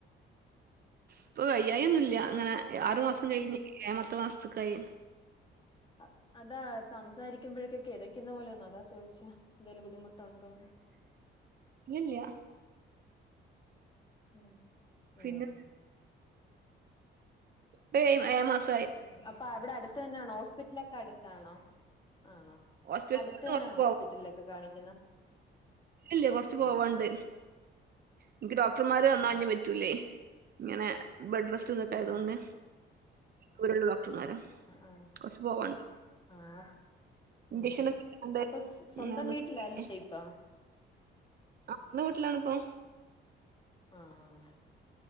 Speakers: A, on the right (about 50°); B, on the left (about 25°).
A: ഇപ്പൊ വയ്യായി ഒന്നുല്ല
B: ആഹ്
A: ഇങ്ങനെ ആറ് മാസം കഴിഞ് ഏയാമത്ത മാസത്ത്ക്കായി
B: അ അതാ സംസാരിക്കുമ്പോഴേക്ക് ക്കെതയ്ക്കുന്ന പോലോന്ന് അതാ ചോയിച്ചേ എന്തേലും ബുദ്ധിമുട്ടുണ്ടോന്ന്
A: ഇല്ലല്ല്യ
B: ഉം
A: പിന്നെ
B: ആഹ്
A: ടേഴ് ഏഴാ മാസം
B: ഉം അപ്പൊ അവിടെ അടുത്ത് തന്നെ ആണോ ഹോസ്പിറ്റലൊക്കെ അടുത്താണോ ആണോ
A: ഹോസ്പിറ്റലിക്ക്
B: അടുത്ത്തന്നാണോ
A: കൊറച്ച്
B: ഹോസ്പിറ്റലിലൊക്കെ കാണിക്കുന്നെ
A: ഇല്ലേ കൊർച്ച് പോവാണ്ട്
B: ആണോ
A: ഇൻക്ക് ഡോക്ടർമാര് വന്നാ
B: ആഹ്
A: ഇഞ് പറ്റ് റ്റൂലെയ് ഇങ്ങനെ ബെഡ്റെസ്റ്റും ഇതൊക്കെ
B: ആഹ്
A: ആയതോണ്ട് ദൂരള്ള ഡോക്ടർമാരാ
B: ആഹ്
A: കൊർച്ച് പോവാണ്ട്
B: ആഹ്
A: ഇഞ്ചക്ഷൻ
B: ഉം
A: ഒക്കെ എടുക്കാണ്ട്
B: അപ്പൊ സ് സ്വന്തം
A: ഇങ്ങനെ നിക്കല്ലേ.
B: വീട്ടിലാ അല്ലേ ഇപ്പാ
A: ആഹ് സ്വന്തം വീട്ടിലാണ്പ്പൊ
B: ആഹ്